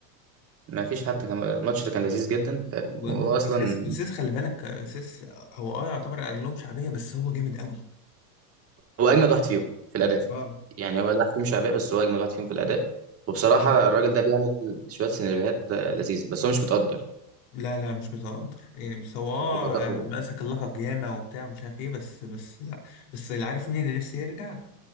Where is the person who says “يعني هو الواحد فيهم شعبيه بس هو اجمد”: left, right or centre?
Right